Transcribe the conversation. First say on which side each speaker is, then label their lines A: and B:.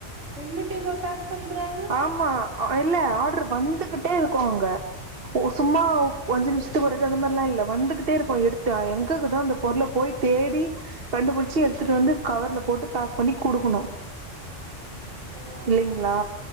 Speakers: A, on the right; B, on the right.
A: நின்னுடேவா பேக் பண்றாங்க
B: ஆமா இல்ல ஆர்டரு வந்துகிட்டே இருக்கு அங்க உ சும்மா அஞ்சு
A: ஓகே
B: நிமிஷத்துக்கு ஒரு <unintelligible> அந்த மாரிலா இல்ல வந்துகிட்டே இருக்கு எடுத்து அ எங்கக்குதோ அந்த பொருள போய் தேடி கண்டு புடிச்சு எடுத்துட்டு வந்து கவர்ல போட்டு பேக் பண்ணி குடுக்கணு
A: ஓ ஆமா
B: இல்லைங்க்ளா